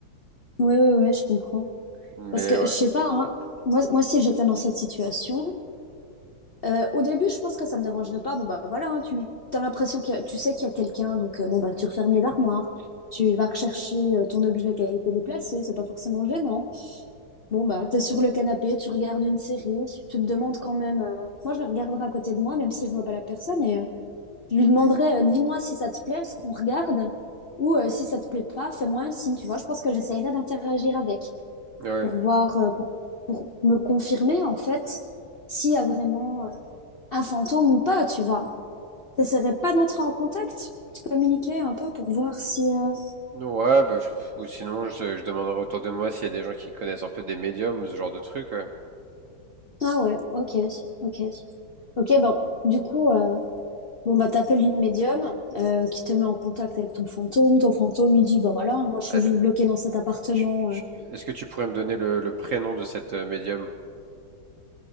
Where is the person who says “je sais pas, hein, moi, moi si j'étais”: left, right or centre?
Left